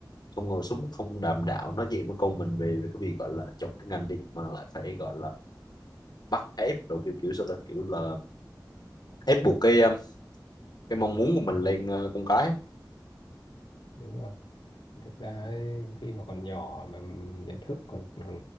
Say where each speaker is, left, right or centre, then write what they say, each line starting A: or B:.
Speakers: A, on the left (about 60°); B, on the left (about 85°).
A: không ngồi xuống không đàm đạo nói chuyện với con mình về về cái việc gọi là chọn cái ngành đi mà lại phải gọi là bắt ép rồi kiểu kiểu sao ta kiểu là ép buộc cái um, cái mong muốn của mình lên ờ, con cái
B: đúng rồi thực ra ấy, khi mà còn nhỏ mà nhận thức còn còn